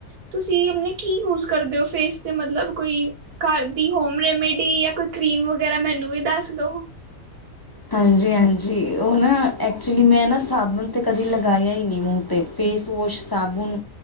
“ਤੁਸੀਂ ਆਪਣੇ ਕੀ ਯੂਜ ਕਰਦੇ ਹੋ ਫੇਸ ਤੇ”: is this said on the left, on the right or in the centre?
Right